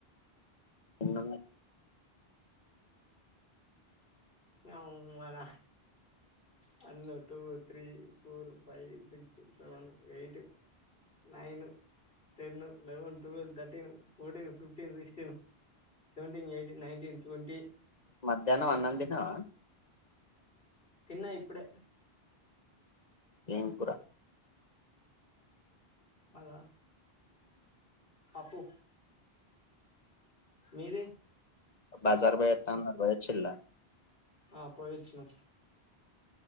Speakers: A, on the left; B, on the left.
A: ఉన్న
B: నవ్ మన one, two, three, four, five, six, seven, eight, nine, ten, eleven, twelve, thirteen, fourteen, fifteen, sixteen, seventeen, eighteen, nineteen, twenty.
A: మధ్యానం అన్నం దిన్నవా
B: తిన్నా ఇప్పుడే
A: ఎం కూర
B: మద, పప్పు మీది
A: బజారు పోయత్త అన్నారు, వొయచ్చల్ల
B: ఆ పోయిచ్చినం